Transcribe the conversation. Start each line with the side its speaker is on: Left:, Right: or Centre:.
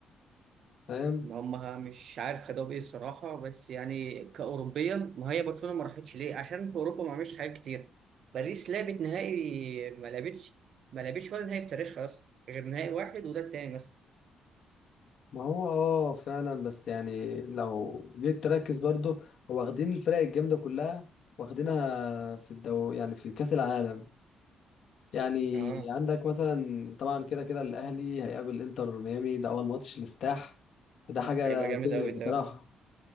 Left: فاهم
Right: ما هم مش عارف خدوها بإيه الصراحة بس يعني كأوروبيا ما هي برشلونة ما راحتش ليه عشان في أوروبا ما عملتش حاجات كتير باريس لعبت نهائي ما لعبتش ما لعبتش ولا نهائي في تاريخها أصلا غير نهائي واحد وده التاني مثلا
Left: ما هو اه فعلا بس يعني لو جيت تركز برضو هو واخدين الفرق الجامدة كلها واخدينها في الدو يعني في كأس العالم يعني
Right: اه
Left: عندك مثلا طبعا كده كده الاهلي هيقابل انتر ميامي ده اول ماتش الافتتاح فده حاجه
Right: هيبقى جامد
Left: تقلق
Right: أوي
Left: بصراحه
Right: ده